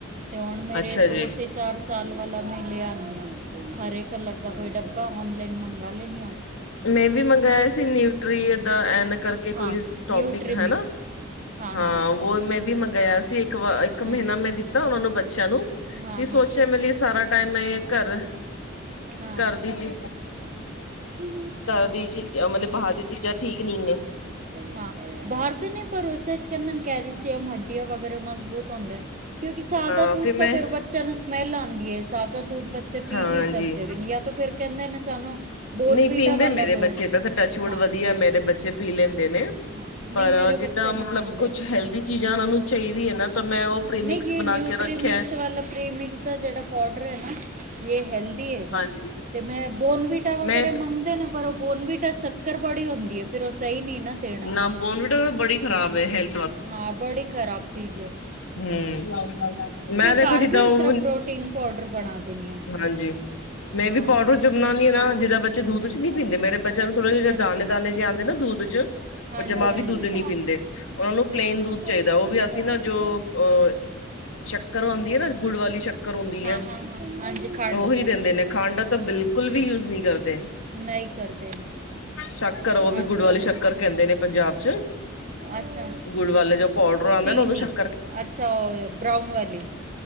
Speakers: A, on the right; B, on the left.
A: ਤੇ ਹੁਣ ਮੇਰੇ
B: ਅੱਛਾ
A: ਦੋ
B: ਜੀ
A: ਤੇ ਚਾਰ ਸਾਲ ਵਾਲਾ ਮੈਂ ਲੈ ਆਨੀ ਆਂ ਹਰੇ ਕਲਰ ਦਾ ਕੋਈ ਡੱਬਾ ਔਨਲਾਈਨ ਮੰਗਾ ਲੈਨੀ ਆਂ।
B: ਮੈਂ ਵੀ ਮੰਗਵਾਯਾ ਸੀ ਨਿਊਟਰੀ ਐਦਾਂ ਐਨ ਕਰਕੇ
A: ਹਾਂ
B: ਕੋਈ ਟੋਪਿਕ
A: ਨਿਊਟਰੀ ਮਿਕਸ
B: ਹੈ ਨਾ।
A: ਹਾਂਜੀ
B: ਹਾਂ ਵੋ ਮੈਂ ਵੀ ਮੰਗਾਇਆ ਸੀ ਇੱਕ ਇੱਕ ਮਹੀਨਾ
A: ਹਾਂ
B: ਮੈਂ ਦਿੱਤਾ ਉਹਨਾਂ ਨੂੰ ਬੱਚਿਆਂ ਨੂੰ
A: ਹਾਂ
B: ਤੇ
A: ਹਾਂ
B: ਸੋਚਿਆ ਟਾਈਮ ਮੈਂ ਘਰ
A: ਹਾਂ
B: ਘਰ ਦੀ ਚੀ
A: ਹਾਂ
B: ਘਰ ਦੀ ਚੀਜ਼ਾਂ ਮਤਲਬ ਬਾਹਰ ਦੀਆਂ ਚੀਜ਼ਾਂ ਠੀਕ ਨਹੀਂ ਹੈ।
A: ਹਾਂ ਬਾਹਰਦੇ ਨੇ ਪਰ ਉਸ ਚ ਕਹਿੰਦੇ ਕੈਲਸ਼ੀਅਮ ਹੱਡੀਆਂ ਵਗੈਰਾ ਮਜ਼ਬੂਤ ਹੁੰਦੇ ਨੇ ਕਿਉਂਕਿ ਸਾਦਾ
B: ਹਾਂ
A: ਦੂਧ
B: ਮੈਂ
A: ਤਾਂ ਫਿਰ ਬੱਚਿਆਂ ਨੂੰ ਸਮੈਲ ਆਉਂਦੀ ਹੈ ਸਾ ਤਾਂ ਦੁਧ ਬੱਚੇ ਪੀ
B: ਹਾਂਜੀ
A: ਨਹੀਂ ਸਕਦੇ ਜਾਂ ਯਾ ਫਿਰ ਕਹਿੰਦੇ ਨੇ ਸਾਨੂੰ ਬੋਨਵੀਟਾ
B: ਨਹੀਂ ਪੀਂਦੇ
A: ਵਾਲਾ
B: ਮੇਰੇ ਬੱਚੇ
A: ਦੋ
B: ਤਾਂ ਤਾਂ ਟੱਚਵੁਡ
A: ਹਾਂ
B: ਵਧੀਆ ਮੇਰੇ ਬੱਚੇ ਪੀ ਲੈਂਦੇ ਨੇ।
A: ਹਾਂ
B: ਪਰ
A: ਨਹੀਂ ਮੇਰੇ ਬੱਚੇ
B: ਜਿੱਦਾਂ
A: ਨਹੀਂ
B: ਮਤਲਬ
A: ਪੀਂਦੇ
B: ਕੁਛ ਹੈਲਦੀ ਚੀਜ਼ਾਂ ਉਹਨਾਂ ਨੂੰ ਚਾਹੀਦੀ ਏ ਨਾ। ਤਾਂ ਮੈਂ ਉਹ ਪ੍ਰੀਮਿਕਸ
A: ਨਹੀਂ
B: ਬਣਾ
A: ਨਿਊਟਰੀ
B: ਕੇ ਰੱਖਿਆ
A: ਮਿਕਸ ਵਾਲਾ ਪ੍ਰੀਮਿਕਸ ਦਾ ਜਿਹੜਾ ਪਾਡਰ ਹੈ ਨਾ ਯੇ ਹੈਲਦੀ ਹੈਗਾ।
B: ਹਾਂਜੀ
A: ਤੇ ਮੈਂ ਬੋਨਵੀਟਾ ਵਗੈਰਾ
B: ਮੈਂ
A: ਮੰਗਦੇ ਨੇ ਪਰ ਉਹ ਬੋਨਵੀਟਾ ਸ਼ੱਕਰ ਬੜੀ ਹੁੰਦੀ ਫੇਰ ਉਹ ਸਹੀ ਨਹੀਂ ਨਾ ਦੇਣਾ
B: ਨਾ ਬੋਨਵੀਟਾ ਤਾਂ ਬੜੀ ਖ਼ਰਾਬ ਏ, ਹੈਲ
A: ਹਾਂ। ਬੜੀ ਖਰਾਬ ਚੀਜ਼ ਹੈ ਗੀ ਐਂ।
B: ਹਮ, ਮੈਂ ਦੇਖੋ
A: ਘਰ
B: ਜਿੱਦਾਂ
A: ਵੀ ਉਸ
B: ਓ
A: ਤਰ੍ਹਾਂ ਪ੍ਰੋਟੀਨ ਪਾਊਡਰ ਬਣਾ ਦਿੰਦੀ ਹਾਂ
B: ਹਾਂਜੀ, ਮੈਂ
A: ਹਾਂ
B: ਵੀ ਪੋਡਰ ਚ ਬਣਾਉਦੀ ਹਾਂ ਨਾ ਜਿਦਾਂ ਬੱਚੇ ਦੂ ਦੁਧ ਚ ਨੀ ਪੀਦੇ ਮੇਰੇ ਬੱਚਿਆਂ ਨੂੰ ਥੋੜਾ ਜਿਹੇ
A: ਹਾਂਜੀ
B: ਦਾਣੇ-ਦਾਣੇ ਜਿ ਆਉਦੇ ਨਾ ਦੂਧ ਚ
A: ਹਾਂਜੀ
B: ਉਹ ਜਮਾ ਵੀ
A: ਹਾਂਜੀ
B: ਦੁੱਧ ਨੀ ਪੀਂਦੇ ਉਹਨਾ ਨੂੰ ਪਲੇਨ
A: ਹਾਂ ਹਾਂ
B: ਦੁਧ
A: ਕੋਸ਼ਿਸ਼
B: ਚਾਹੀਦਾ ਉਹ ਵੀ ਅਸੀਂ
A: ਪਾਊਡਰ
B: ਨਾ ਜੋ ਅ ਸ਼ੱਕਰ ਆਉਂਦੀ ਹੈ ਨਾ, ਗੁੜ ਵਾਲੀ ਸ਼ੱਕਰ ਆਦੀ
A: ਹਾਂ
B: ਹੈ,
A: ਹਾਂ ਹਾਂ ਹਾਂਜੀ ਖੰਡ
B: ਉਹੀ ਦਿੰਦੇ ਨੇ ਖੰਡ ਤਾਂ ਬਿਲ ਬਿਲਕੁਲ ਵੀ ਯੂਜ ਨਹੀਂ ਕਰਦੇ।
A: ਨਹੀਂ ਕਰਦੇ ਨੇ।
B: ਸ਼ੱਕਰ ਉਹ ਵੀ
A: ਅੱਛਾ
B: ਗੁੜ ਵਾਲੇ ਸ਼ੱਕਰ ਕਹਿੰਦੇ ਨੇ ਪੰਜਾਬ ਚ।
A: ਅੱਛਾ
B: ਗੁੜ ਵਾਲੇ ਜਾਂ ਪੋਡਰ ਆਉਂਦਾ
A: ਚੀਨੀ
B: ਨਾ ਉਹਦੋਂ ਸ਼ੱਕ
A: ਅੱਛਾ, ਉਹ ਬਰਾਊਨ ਵਾਲੀ